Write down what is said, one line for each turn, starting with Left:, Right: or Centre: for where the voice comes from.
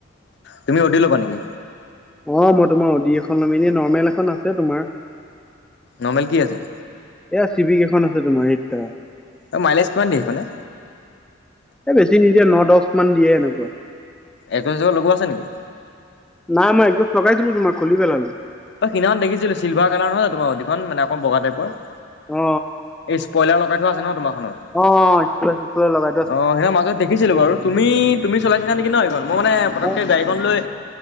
Left: তুমি অডি ল'বা নেকি।
Centre: অঁ মই তোমাৰ অদি এখন ল'ম এনে নৰ্মেল এখন আছে তোমাৰ।
Left: নৰ্মেল কি আছে?
Centre: এয়া চিবিক এখন আছে তোমাৰ এইতা
Left: অ মাইলেজ কিমান দিয়ে সেইখনে?
Centre: এ বেছি নিদিয়ে ন দশ মান দিয়ে সেইদশ।
Left: একজ লগোৱা আছে নেকি?
Centre: নাই মই একদোছ লগাইছিলো তোমাক খুলি পেলালো।
Left: অ সিনাখন দেখছিলো চিলভাৰ কালাৰ নহয় জানো তোমাৰ অদি খন মানে অকন বগা টাইপৰ।
Centre: অ
Left: এই স্প্ৰইলাৰ লগাই থোৱা আছে ন তোমাৰখনত।
Centre: অঁ অঁ <unintelligible>
Left: অঁ সেইদিনা মাজত দেখিছিলো বাৰু তুমি তুমি চলাইছিলা নেকি ন সেইখন মই মানে পটকে
Centre: অ
Left: গাড়ীখন লৈ